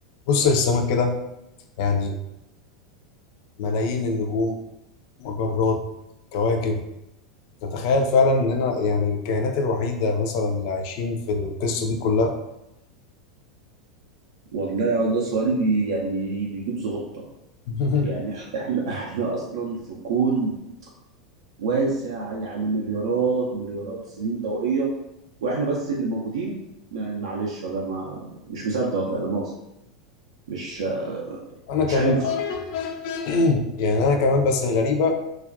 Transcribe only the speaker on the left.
بص للسماء كده يعني ملايين النجوم مجرات كواكب تتخيل فعلا اننا يعني الكائنات الوحيدة مثلا اللي عايشين في القصة دي كلها
<laughs>
انا كمان
<clears throat> يعني انا كمان بس الغريبة